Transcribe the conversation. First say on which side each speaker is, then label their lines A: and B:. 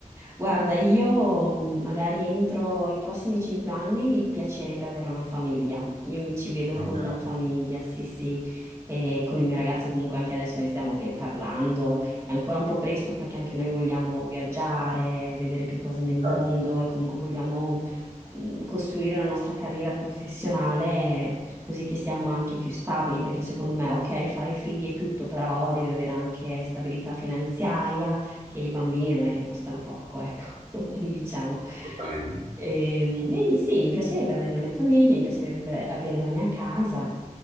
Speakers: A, on the right; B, on the right.
A: Guarda, io mh, magari entro i prossimi cinque anni mi piacerebbe avere una famiglia. Io mi ci vedo
B: Ok,
A: con una famiglia, sì, sì, e con il mio ragazzo comunque anche adesso ne stiamo pe- parlando. È ancora un po' presto perché anche noi vogliamo viaggiare, vedere più cose nel mondo
B: certo.
A: e comunque vogliamo mh, costruire la nostra carriera professionale così che siamo anche più stabili, perché secondo me, ok, fare figli è tutto, però devi avere anche stabilità finanziaria, che i bambini non è che costano poco, ecco, <laughs> diciamo.
B: Assolutamente.
A: E, quindi sì, mi piacerebbe avere la mia famiglia, mi piacerebbe avere la mia casa,